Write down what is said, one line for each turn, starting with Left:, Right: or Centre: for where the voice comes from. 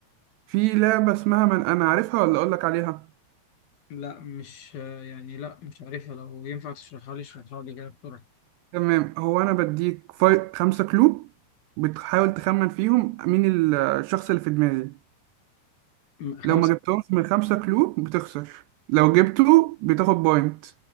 Right: في لعبه اسمها من انا عارفها ولا اقول لك عليها
Left: لا مش آه، يعني لا مش عارفها لو ينفع تشرحها لي اشرحها لي كده بسرعه
Right: تمام هو انا بديك فاي... خمسة كلو بتحاول تخمن فيهم مين ال- الشخص اللي في دماغي
Left: م- خمسه
Right: لو ما جبتهمش من خمسة كلو بتخسر لو جبته بتاخد بوينت